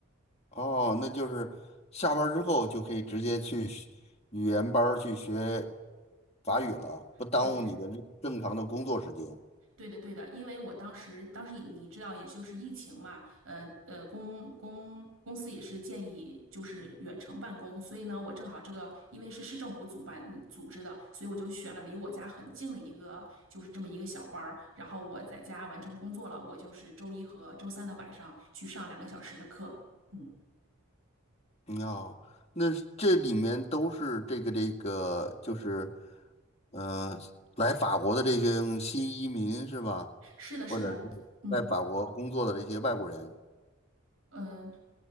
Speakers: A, on the left (about 30°); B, on the right (about 75°).
A: 哦，那就是下班儿之后就可以直接去学语言班儿去学法语了，不耽误你的日正常的工作时间。
B: 对，对的，对的，因为我当时，当时你你知道，也就是疫情嘛，呃呃，公公公司也是建议就是远程办公，所以呢，我正好这个因为是市政府主办嗯组织的，所以我就选了离我家很近的一个，就是这么一个小班儿，然后我在家完成工作了，我就是周一和周三的晚上去上两个小时的课，嗯，
A: 嗯哦，那是这里面都是这个这个，就是，呃，来法国的这些嗯新移民是吧？
B: 是的，是的，
A: 或者是在法国工作的这些外国人。
B: 嗯。嗯，